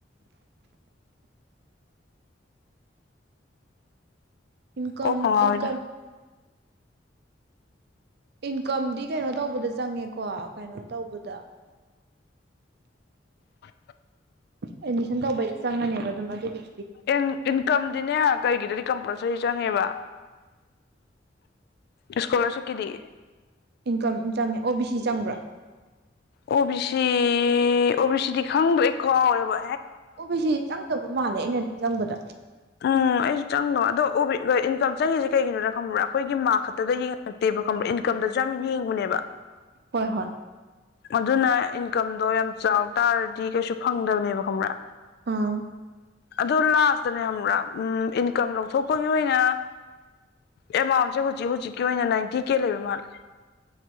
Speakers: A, on the right; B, on the left.
A: ꯏꯟꯀꯝ
B: ꯀꯣꯛꯀ ꯉꯥꯎꯋꯤꯗ
A: ꯏꯟꯀꯝ ꯏꯟꯀꯝꯗꯤ ꯀꯩꯅꯣ ꯇꯧꯕꯗ ꯆꯪꯉꯦꯀꯣ ꯀꯩꯅꯣ ꯇꯧꯕꯗ
B: ꯑ
A: ꯑꯦꯠꯃꯤꯁꯟ ꯇꯧꯕꯩꯗꯣ ꯆꯪꯉꯅꯦꯕ ꯑꯗꯨꯝ ꯑꯗꯨꯒꯤꯗꯤ
B: ꯏ ꯏꯟ ꯀꯝꯗꯅꯦꯦ ꯀꯩꯒꯤꯗ ꯀꯝꯄꯜꯁꯔꯤ ꯆꯪꯉꯦꯕ ꯏꯁꯀꯣꯂꯔꯁꯤꯞꯀꯤꯗꯤ
A: ꯏꯟꯀꯝ ꯆꯪꯉꯦ ꯑꯣ ꯕꯤ ꯁꯤ ꯆꯪꯕ꯭ꯔꯥ
B: ꯑꯣ ꯕꯤ ꯁꯤ ꯑꯣ ꯕꯤ ꯁꯤꯗꯤ ꯈꯪꯕ꯭ꯔ ꯑꯩ ꯀꯥꯎꯋꯦꯕ
A: ꯑꯣꯕꯤꯁꯤ ꯆꯪꯗꯕ ꯃꯥꯜꯂꯦ ꯑꯩꯅ ꯆꯪꯕꯗ
B: ꯎꯝ ꯑꯩꯁꯨ ꯆꯪꯗꯣ ꯑꯗꯣ ꯆꯪꯉꯤꯁꯦ ꯀꯩꯒꯤꯅꯣ ꯈꯪꯕ꯭ꯔꯥ ꯑꯩꯈꯒꯤ ꯈꯛꯇꯗ ꯅꯦ ꯏꯟꯀꯝꯗꯁꯨ ꯌꯥꯝ ꯌꯦꯡꯕꯅꯦꯕ
A: ꯍꯣꯏ ꯍꯣꯏ
B: ꯑꯗꯨꯅ ꯏꯟꯀꯝꯗꯣ ꯌꯥꯝ ꯆꯥꯎ ꯇꯥꯔꯗꯤ ꯀꯩꯁꯨ ꯐꯪꯗꯕꯅꯦꯕ ꯈꯪꯕ꯭ꯔꯥ
A: ꯑꯥ
B: ꯑꯗꯨꯜꯥꯁ ꯈꯅꯦ꯭ꯔꯥ ꯎꯝ ꯏꯟꯀꯝ ꯂꯧꯊꯣꯛꯄꯒꯤ ꯑꯣꯏꯅ ꯑꯦꯃꯥꯎꯟꯁꯦ ꯍꯧꯖꯤꯛ ꯍꯧꯖꯤꯛꯀꯤ ꯑꯣꯏꯅ ꯅꯥꯏꯟꯇꯤ ꯀꯦ ꯂꯩꯕ ꯃꯥꯜꯂꯦ